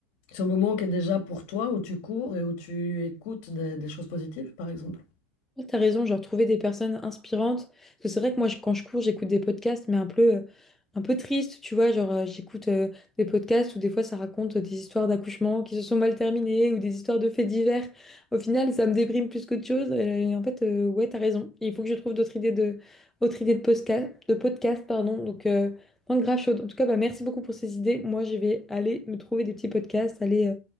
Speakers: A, on the left; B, in the centre.
A: ce moment qui est déjà pour toi, où tu cours et où tu écoutes des, des choses positives, par exemple.
B: Ouais, T'as raison, genre trouver des personnes inspirantes. Parce que c'est vrai que moi, je- quand je cours, j'écoute des podcasts, mais un peu, euh, un peu triste, tu vois. Genre, euh, j'écoute euh, des podcasts où des fois, ça raconte euh, des histoires d'accouchement qui se sont mal terminées ou des histoires de faits divers. Au final, ça me déprime plus qu'autre chose. Et, en fait, euh, ouais, t'as raison. Il faut que je trouve d'autres idées de, autres idées de podcast, de podcast, pardon. Donc, euh, non, grave chaude. En tout cas, bah, merci beaucoup pour ces idées. Moi, je vais aller me trouver des petits podcasts, aller. euh,